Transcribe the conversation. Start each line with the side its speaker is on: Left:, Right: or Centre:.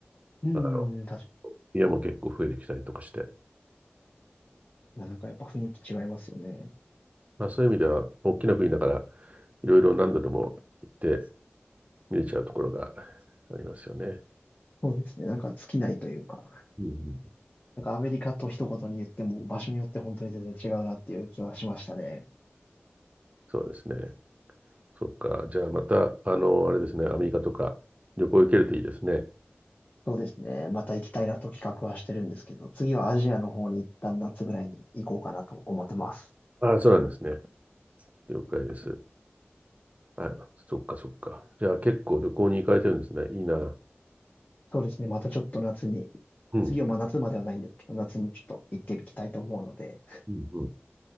Left: うーん、
Right: まあ
Left: 確か
Right: 家も結構増えてきたりとかして。
Left: に。なんかやっぱ雰囲気違いますよね。
Right: まあそういう意味では、大きな国だから、いろいろ何度でも行って見れちゃうところがありますよね。
Left: そうですね。なんか尽きないというか、
Right: うんうん
Left: なんかアメリカと一言に言っても場所によって本当に全然違うなっていう気はしましたね。
Right: そうですね。そっか。じゃあまた、あの、あれですね、アメリカとか旅行行けるといいですね。
Left: そうですね。また行きたいなと企画はしてるんですけど、次はアジアの方に一旦夏ぐらいに行こうかなと思ってます。
Right: ああ、そうなんですね。了解です。あ、そっかそっか。じゃあ結構旅行に行かれてるんですね。いいな。
Left: そうですね。またちょっと夏に、
Right: うん。
Left: 次はまあ夏まではないんですけど、夏にちょっと行っていきたいと思うので、
Right: うんうん。